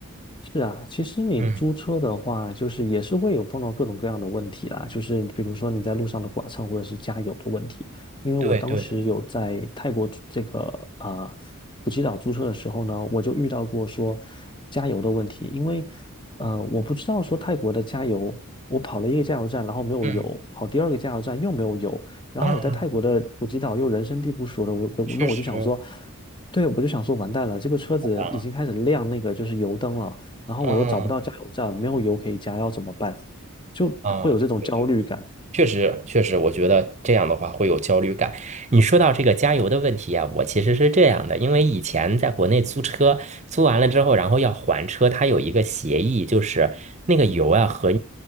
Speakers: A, on the left; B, on the right.
A: 是啊，其实你租车的话，
B: 嗯，
A: 就是也是会有碰到各种各样的问题啦，就是比如说你在路上的剐蹭或者是加油的问题。因为我当时有在泰国租这个啊普吉岛租车的时候呢，
B: 对对，
A: 我就遇到过说加油的问题，因为呃我不知道说泰国的加油，我跑了一个加油站，然后没有油，
B: 嗯
A: 跑第二个加油站又没有油，然后我在泰国的普吉岛又人生地不熟的，
B: 啊，
A: 我我那我就想说，
B: 确实
A: 对，我就想说完蛋了，这个车子已经开始亮那个就是油灯了。
B: 啊，
A: 然后我都找不到加油站，
B: 嗯
A: 没有油可以加，要怎么办？就会有这种焦虑感。
B: 啊，对对，确实确实，我觉得这样的话会有焦虑感。你说到这个加油的问题啊，我其实是这样的，因为以前在国内租车，租完了之后，然后要还车，它有一个协议，就是那个油啊和